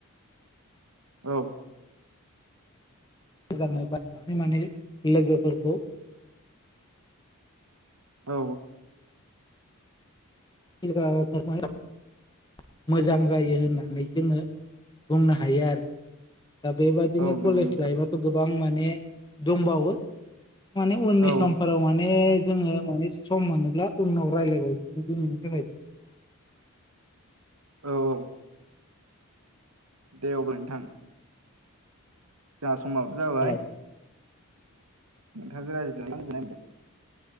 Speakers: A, on the right; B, on the left.
A: औ
B: <unintelligible> माने लोगोफोरखौ
A: औ
B: <unintelligible> मोजां जायो होननानै जोङो बुंनो हायो आरो दा बेबायदिनो
A: औ नंगौ
B: कलेज
A: नोंथां
B: लाइफआथ' गोबां माने दंबावो माने उननि
A: औ
B: समफोराव माने जोङो माने सम मोनोब्ला उनाव रायलायबावसै दिनैनि थाखाय
A: औ औ दे अब्ला नोंथां जोंहा समाबो जाबाय
B: हेल'
A: नोंथांजों रायज्लायनानै गोजोननाय मोनदों